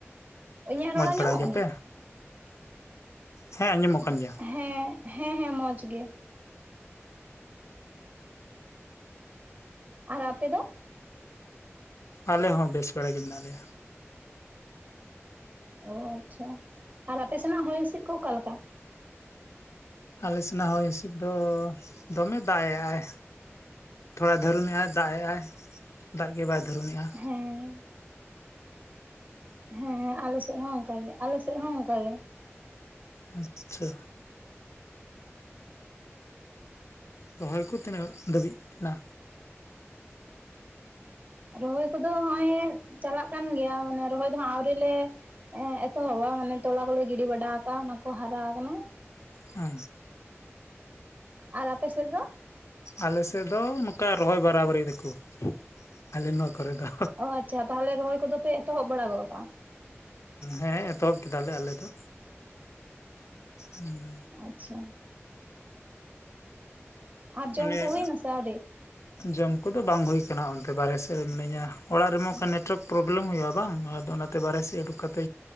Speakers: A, on the right (about 40°); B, on the left (about 75°).
A: ᱤᱧᱟᱹᱜ ᱨᱚᱲ
B: ᱢᱚᱸᱡᱽ
A: ᱟᱹᱢᱚᱢᱚᱜ
B: ᱵᱟᱲᱟ ᱜᱮᱭᱟᱯᱮ
A: ᱠᱟᱱᱟ
B: ᱦᱮᱸ ᱟᱸᱡᱚᱢᱚᱜ ᱠᱟᱱ ᱜᱮᱭᱟ
A: ᱦᱮᱸ ᱦᱮᱸ ᱦᱮᱸ ᱢᱚᱡᱽ ᱜᱮ ᱟᱨ ᱟᱯᱮ ᱫᱚ
B: ᱟᱞᱮ ᱦᱚᱸ ᱵᱮᱥ ᱵᱟᱲᱟ ᱜᱮ ᱢᱮᱱᱟᱜ ᱞᱮᱭᱟ
A: ᱚ ᱟᱪᱪᱷᱟ ᱟᱨ ᱟᱯᱮ ᱥᱮᱱᱟᱜ ᱦᱚᱭ ᱦᱤᱥᱤᱫ ᱠᱚ ᱚᱠᱟᱞᱮᱠᱟ
B: ᱟᱞ ᱥᱮᱱᱟᱜ ᱦᱚᱭ ᱦᱤᱥᱤᱫ ᱫᱚ ᱫᱚᱢᱮ ᱫᱟᱜᱼᱮᱼᱟᱭ ᱛᱷᱚᱲᱟ ᱫᱷᱟᱹᱨᱩᱱᱮᱜᱼᱟᱭ ᱫᱟᱜ ᱮᱜ ᱟᱭ ᱫᱟᱜ ᱜᱮ ᱵᱟᱭ ᱫᱷᱟᱨᱩᱱᱮᱜᱼᱟ
A: ᱦᱮᱸ ᱦᱮᱸ ᱦᱮᱸ ᱟᱞᱮᱥᱮᱫ ᱦᱚᱸ ᱚᱝᱠᱟᱜᱮ ᱟᱞᱮᱥᱮᱫ ᱦᱚᱸ ᱚᱝᱠᱟ ᱜᱮ
B: ᱟᱪᱪᱷᱟ ᱨᱚᱦᱚᱭ ᱠᱚ ᱛᱤᱱᱟᱹᱜ ᱫᱷᱟᱹᱵᱤᱡ ᱮᱱᱟ
A: ᱨᱚᱦᱚᱭ ᱠᱚᱫᱚ ᱦᱚᱜᱮᱸᱭ ᱪᱟᱞᱟᱜ ᱠᱟᱱ ᱜᱮᱭᱟ ᱢᱟᱱᱮ ᱨᱚᱦᱚᱭ ᱫᱚ ᱦᱚᱸᱜ ᱟᱹᱣᱨᱤ ᱞᱮ ᱮᱸ ᱮᱛᱚᱦᱚᱵᱟ ᱢᱟᱱᱮ ᱛᱚᱞᱟ ᱠᱚᱞᱮ ᱜᱤᱰᱤ ᱵᱟᱰᱟ ᱟᱠᱟᱫᱟ ᱚᱱᱟ ᱠᱚ ᱦᱟᱨᱟ ᱟᱠᱟᱱᱟ
B: ᱦᱩᱸ
A: ᱟᱨ ᱟᱯ ᱥᱮᱫ ᱫᱚ
B: ᱟᱞᱮᱥᱮᱫ ᱫᱚ ᱱᱚᱚᱱᱠᱟ ᱨᱚᱦᱚᱭ ᱵᱟᱨᱟᱵᱟᱹᱨᱤᱭ ᱫᱟᱠᱚ ᱟᱞᱮ ᱱᱚᱣᱟ ᱠᱚᱨᱮ ᱫᱚ
A: ᱚ ᱟᱪᱪᱷᱟ ᱛᱟᱦᱚᱞᱮ ᱨᱚᱦᱚᱭ ᱠᱚᱫᱚᱯᱮ ᱮᱛᱚᱦᱚᱵ ᱵᱟᱲᱟ ᱜᱚᱫ ᱠᱟᱜᱼᱟ
B: ᱦᱮᱸ ᱮᱛᱚᱦᱚᱵ ᱠᱮᱫᱟᱟᱞᱮ ᱟᱞᱮ ᱫᱚ ᱦᱩᱸ
A: ᱟᱪᱪᱷᱟ ᱟᱨ ᱡᱚᱢ
B: ᱚᱱᱮ
A: ᱠᱚ ᱦᱩᱭ ᱱᱟ ᱥᱮ ᱣᱨᱤ
B: ᱡᱚᱢ ᱠᱚᱫᱚ ᱵᱟᱝ ᱦᱩᱭ ᱟᱠᱟᱱᱟ ᱚᱱᱛᱮ ᱵᱟᱨᱦ ᱥᱮᱫ ᱨᱮ ᱢᱤᱱᱟᱹᱧᱟ ᱚᱲᱟᱜ ᱨᱮᱢᱟ ᱚᱱᱠᱟ ᱱᱮᱴᱚᱣᱟᱨᱠ ᱯᱨᱚᱵᱽᱞᱮᱢ ᱦᱩᱭᱩᱜᱼᱟ ᱵᱟᱝ ᱟᱫᱚ ᱚᱱᱟᱛᱮ ᱵᱟᱨᱮ ᱥᱡ ᱩᱰᱩᱠ ᱠᱟᱛᱮ